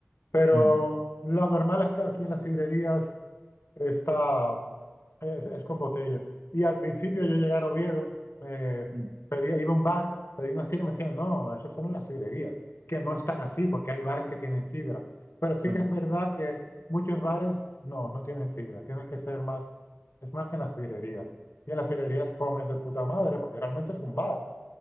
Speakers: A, on the left (about 75°); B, on the right (about 85°).
A: Pero
B: mm,
A: lo normal es que aquí en las sidrerías Está, es, es con botella. Y al principio yo llegué a Oviedo, me
B: mm,
A: pedía, iba a un bar, pedí una sidra y me decían, no, eso solo en las sidrerías, que no están así, porque hay bares que tienen sidra. Pero sí
B: mm.
A: que es verdad que muchos bares no, no tienen sidra, tienes que ser más, es más en las sidrerías. Y en las sidrerías comes de puta madre, porque realmente es un bar,